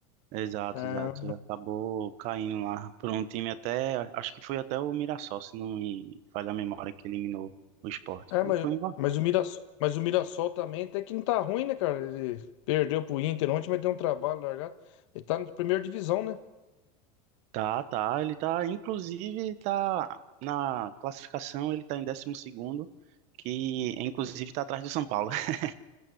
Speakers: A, on the right; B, on the left.
A: Exato,
B: Ah,
A: exato. Acabou caindo lá por um time até, acho que foi até o Mirassol, se não me falha a memória, que eliminou o Sport.
B: é, mas,
A: Foi em... va-
B: mas o Mirassol, mas o Mirassol também até que não tá ruim, né, cara? Ele perdeu pro Inter ontem, mas deu um trabalho largado. Ele tá na primeira divisão, né?
A: Tá, tá, ele tá, inclusive, ele tá na classificação, ele tá em décimo segundo, que inclusive tá atrás do São Paulo. <laughs>